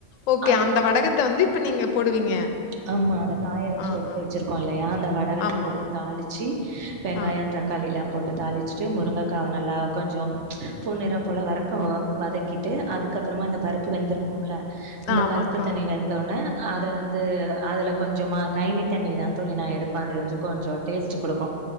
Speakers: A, on the left; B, on the right.
A: ஓகே
B: அது
A: அந்த வடகத்த வந்து இப்ப நீங்க போடுவீங்க
B: ஆமா அத காய வச்சி
A: ஆ,
B: எடுத்து
A: ஆ.
B: வச்சிருக்கோ இல்லையா அந்த வடகத்த
A: ஆமா.
B: போட்டு தாளிச்சி வெங்காயோ
A: ஆ,
B: தக் களில்லா போட்டு தாளிச்சிட்டு முருங்கைக்காவ நல்லா கொஞ்சம் பொண்ணிரம் போல வரக்க வதக்கிட்டு அதுக்கப்றமா இந்த பருப்பு வெந்திரு போம்ல அந்த
A: ஆ ஆமாங்க்கா.
B: பருப்பு தனி வெந்தோன அத வந்து அதுல கொஞ்சமா கைனி தண்ணி தான் தோழி நா எடுப்ப அது வந்து கொஞ்சோ டேஸ்ட்டு குடுக்கு